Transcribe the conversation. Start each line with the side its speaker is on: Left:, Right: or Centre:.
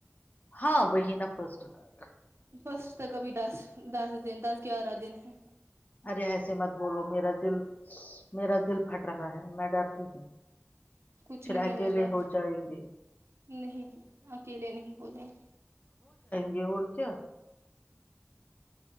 Left: ہاں وہی نا فسٹ ا تیک
Right: فسٹ تک ابھی دس دس دن دس گیارہ دن ہے
Left: ارے ایسے مت بولو میرا دل میرا دل پھٹ رہا ہے میں ڈرتی ہوں
Right: کچھ
Left: پھر
Right: نہیں
Left: اکیلے
Right: ہوگا
Left: ہو جائیں گے
Right: نہیں اکیلے نہیں ہو گائ
Left: یہ ارچ